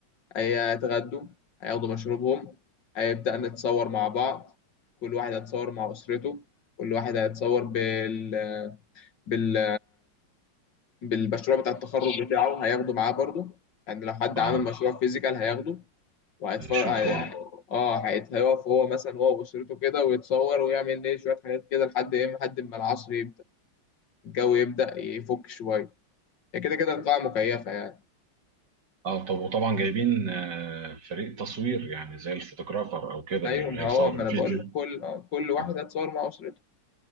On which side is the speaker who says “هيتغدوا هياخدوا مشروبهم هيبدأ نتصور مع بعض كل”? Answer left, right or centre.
Left